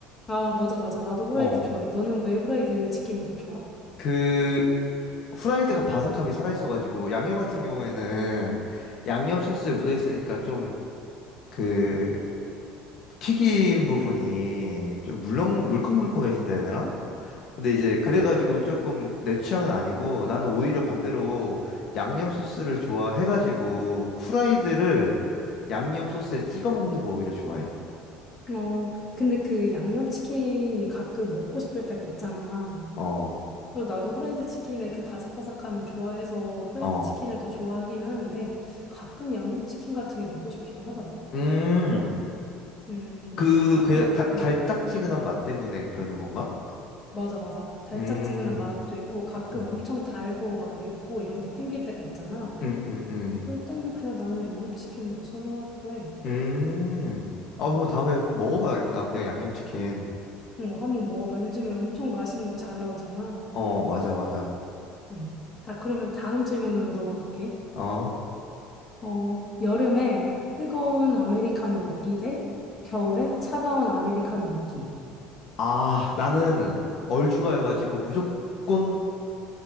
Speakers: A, on the left; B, on the left.
A: 아, 맞아, 맞아. 나도 후라이드
B: 어,
A: 좋아해. 너는 왜 후라이드 치킨이 더 좋아?
B: 그, 후라이드가 바삭함이 살아있어가지고, 양념 같은 경우에는 양념 소스에 묻어있으니까 좀, 그, 튀김 부분이 좀 물렁, 물컹물컹해진다 해야 되나? 근데 이제 그래가지고 조금 내 취향은 아니고 나는 오히려 반대로 양념 소스를 좋아해가지고 후라이드를 양념 소스에 찍어 먹는 거 오히려 좋아해.
A: 어, 근데 그 양념치킨이 가끔 먹고 싶을 때가 있잖아.
B: 어,
A: 그래서 나도 후라이드 치킨의 그 바삭바삭함을 좋아해서 후라이드
B: 어.
A: 치킨을 더 좋아하긴 하는데, 가끔 양념치킨 같은 게 먹고 싶기도 하더라.
B: 음,
A: 음,
B: 그,
A: 자,
B: 그
A: 그럼,
B: 달-
A: 음.
B: 달짝지근한 맛 때문에 그러는 건가?
A: 맞아, 맞아. 달짝지근한
B: 음,
A: 맛도 있고 가끔
B: 음,
A: 엄청 달고 막 맵고 이런 게 땡길 때가 있잖아.
B: 음, 음, 음.
A: 그럴 때는 그냥 나는 양념치킨을 더 선호하기도 해.
B: 음. 아, 그럼
A: 음.
B: 다음에 먹어봐야겠다. 그냥 양념치킨.
A: 어, 한번 먹어봐. 요즘에 엄청 맛있는 거 잘 나오잖아.
B: 어, 맞아, 맞아.
A: 음. 자, 그러면 다음 질문으로 넘어갈게.
B: 어.
A: 어, 여름에 뜨거운 아메리카노 먹기 대 겨울에 차가운 아메리카노 먹기.
B: 아, 나는 얼죽아여가지고 무조건